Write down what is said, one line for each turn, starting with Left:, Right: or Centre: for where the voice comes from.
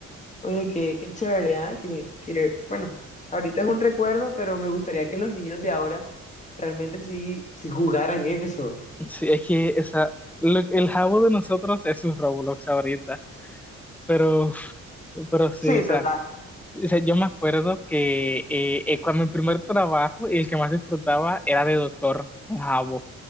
Left: Oye, qué, qué chévere, ¿ah? Que, que, bueno, ahorita es un recuerdo, pero me gustaría que los niños de ahora realmente sí, sí jugaran eso.
Centre: sí, es que esa, lo- el jabo de nosotros es sus Roblox ahorita. Pero, pero sí,
Left: Sí,
Centre: o sea.
Left: total.
Centre: O sea, yo me acuerdo que eh, eh, cuando mi primer trabajo y el que más disfrutaba era de doctor en Jabo. O